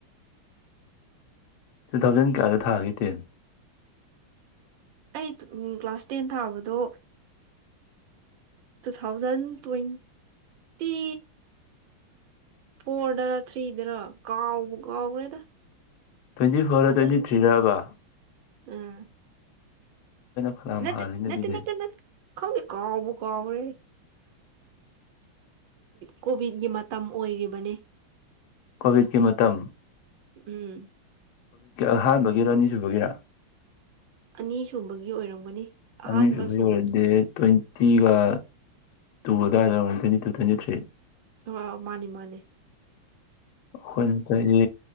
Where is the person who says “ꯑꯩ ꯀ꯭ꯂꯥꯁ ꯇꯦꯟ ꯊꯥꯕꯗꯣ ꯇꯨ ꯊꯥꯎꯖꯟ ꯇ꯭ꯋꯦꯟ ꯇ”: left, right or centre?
Right